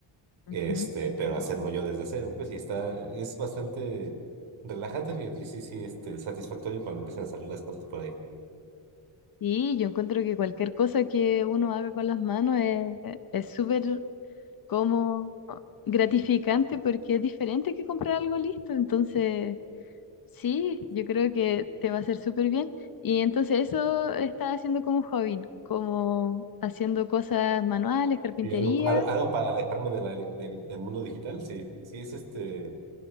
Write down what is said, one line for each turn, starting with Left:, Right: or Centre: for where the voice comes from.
Left: ujú.
Right: este, pero hacerlo yo desde cero, pues, y está, es bastante relajante, fíjate, y sí, sí, este, satisfactorio cuando empiezan a salir las cosas por ahí.
Left: Y yo encuentro que cualquier cosa que uno haga con las manos es, eh, es súper como gratificante porque es diferente que comprar algo listo. Entonces, sí, yo creo que te va a hacer súper bien. Y entonces eso está haciendo como hobby, como haciendo cosas manuales, carpintería.
Right: Y algo, al- algo para alejarme de la, del, del mundo digital, sí, sí es este,